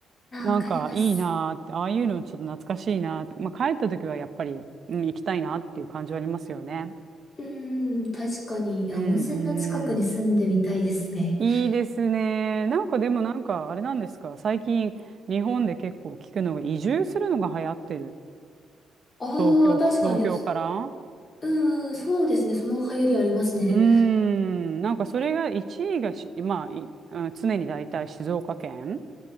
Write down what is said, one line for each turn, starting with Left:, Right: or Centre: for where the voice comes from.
Left: あ、
Right: なんかいいなーって、
Left: わかります。
Right: ああいうのちょっと懐かしいなーって、まあ、帰った時はやっぱり、うん、行きたいなっていう感じはありますよね。
Left: うんうん、確かに。いや、
Right: うん
Left: 温泉の近くに住んでみたいですね。
Right: うん。いいですね。なんかでもなんかあれなんですか。最近日本で結構聞くのが移住するのが流行ってる。
Left: ああ、
Right: 東京か、
Left: 確かに。
Right: 東京から。
Left: うん、そうですね。その流行りありますね。
Right: うーん。なんかそれが1位がし、まあ、いうん常に大体静岡県